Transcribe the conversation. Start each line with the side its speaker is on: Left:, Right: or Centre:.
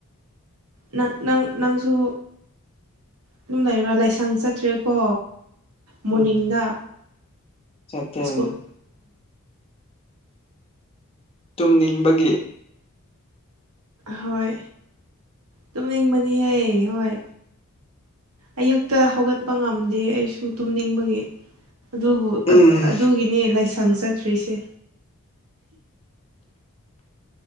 Right: ꯅꯪ ꯅꯪ ꯅꯪꯁꯨ ꯑꯗꯨꯝ ꯂꯩꯔꯕ꯭ꯔꯥ ꯂꯥꯏꯁꯪ ꯆꯠꯇ꯭ꯔꯦꯀꯣ ꯃꯣꯔꯅꯤꯡꯗ
Left: ꯎꯝ ꯆꯠꯇꯦ
Right: ꯁ꯭ꯀꯨꯜ
Left: ꯎꯝ ꯇꯨꯝꯅꯤꯡꯕꯒꯤ
Right: ꯍꯣꯏ ꯇꯨꯝꯅꯤꯡꯕꯅꯤꯍꯦ ꯍꯣꯏ ꯑꯌꯨꯛꯇ ꯍꯧꯒꯠ ꯄ ꯉꯝꯗꯦ ꯑꯩꯁꯨ ꯇꯨꯝꯅꯤꯡꯕꯒꯤ ꯑꯗꯨꯕꯨ
Left: ꯎꯝ
Right: ꯑꯗꯨꯒꯤꯅꯦ ꯂꯥꯏꯁꯪ ꯆꯠ ꯁ꯭ꯔꯤꯁꯦ